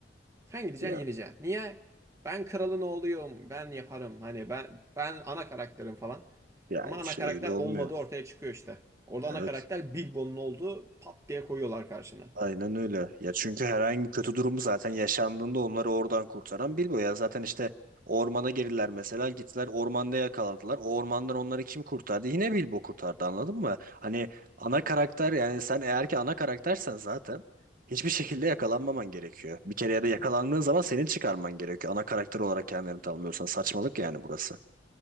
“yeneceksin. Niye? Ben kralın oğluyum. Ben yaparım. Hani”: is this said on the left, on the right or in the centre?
Right